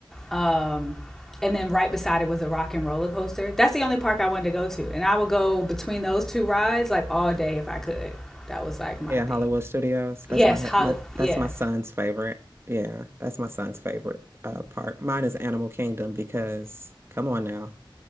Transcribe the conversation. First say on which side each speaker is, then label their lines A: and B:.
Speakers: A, in the centre; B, on the right.
A: um, and then right beside it was a rock and roller coaster. That's the only park I wanted to go to, and I would go between those two rides like all day if I could. That was like my
B: Yeah, Hollywood
A: thing.
B: Studios.
A: Yes,
B: That's my, hu-
A: how?
B: my that's
A: Yeah,
B: my son's favorite. Yeah, that's my son's favorite uh park. Mine is Animal Kingdom because come on now.